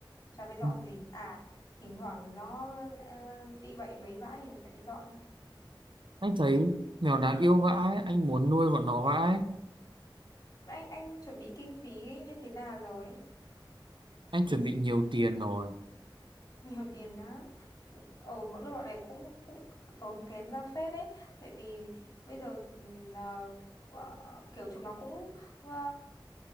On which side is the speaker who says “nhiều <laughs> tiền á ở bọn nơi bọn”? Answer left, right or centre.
Left